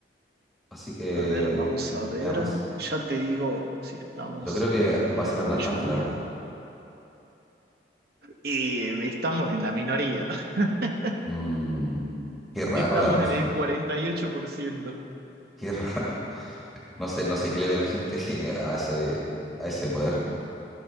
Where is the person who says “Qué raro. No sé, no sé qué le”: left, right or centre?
Centre